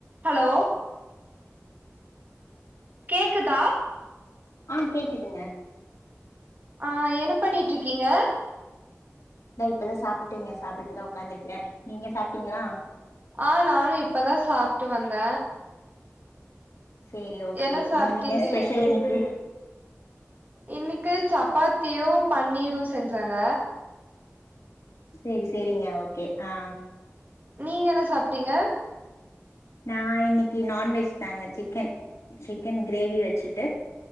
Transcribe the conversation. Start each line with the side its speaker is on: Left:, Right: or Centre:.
Right: hello கேக்குதா
Left: ஆ கேக்குதுங்க
Right: ஆ என்ன பண்ணிட்ருக்கீங்க
Left: இதோ இப்பதா சாப்ட்டேங்க சாப்டுட்டுதா உக்காந்திர்க்கே நீங்க சாப்ட்டீங்ளா
Right: ஆ நானு இப்பதா சாப்ட்டு வந்த
Left: சேரி ஓகே
Right: என்ன சாப்ட்டீங்க
Left: என்னங் என்ன ஸ்பெஷல் இன்னிக்கி
Right: இன்னிக்கு சப்பாத்தியு பன்னீரு செஞ்சாங்க
Left: செரி சேரிங்க ஓகே ஆ
Right: நீங்க என்ன சாப்டீங்க
Left: நா இன்னக்கி நான்வெஜ்தாங்க சிக்கன் சிக்கன் கிரேவி வச்சுட்டு